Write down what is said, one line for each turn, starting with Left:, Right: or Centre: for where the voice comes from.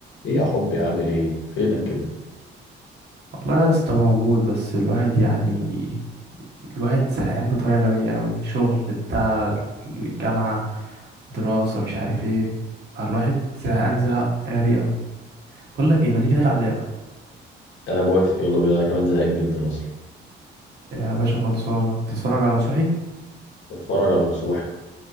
Left: ايه يا حبي عامل ايه فينك كده
Right: والله يا اسطى موجود بس الواحد يعني الواحد زهقان بطريقة غبية أوي شغل بتاع الجامعة دراسة مش عارف ايه فالواحد زهقان زهق غبي أوي بقول لك ايه ما تيجي نلعب لعبة
Left: انا موافق يلا بينا انا كمان زهقان جدا اصلا
Right: يا باشا خلصانة تتفرج على نصوحي
Left: بتفرج على نصوح